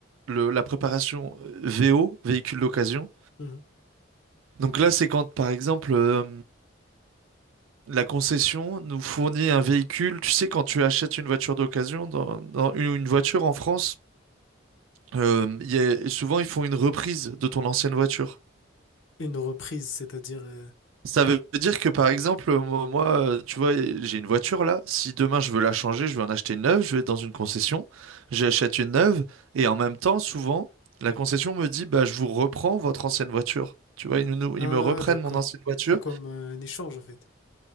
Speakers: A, on the right; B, on the left.
A: le- la préparation euh, VO, véhicule d'occasion.
B: mhm.
A: Donc là, c'est quand, par exemple, euh, la concession nous fournit un véhicule. Tu sais, quand tu achètes une voiture d'occasion, dans, dans une, une voiture en France, euh, il y a- souvent ils font une reprise de ton ancienne voiture.
B: Une reprise, c'est-à-dire... euh,
A: Ça veut dire que par exemple, moi, moi, euh, tu vois, j'ai une voiture là. Si demain je veux la changer, je veux en acheter une neuve, je vais dans une concession, j'achète une neuve, et en même temps, souvent, la concession me dit, bah, je vous reprends votre ancienne voiture. Tu vois, ils, nous-
B: Ah,
A: ils me reprennent
B: d'accord.
A: mon ancienne voiture.
B: C'est comme euh, un échange, en fait.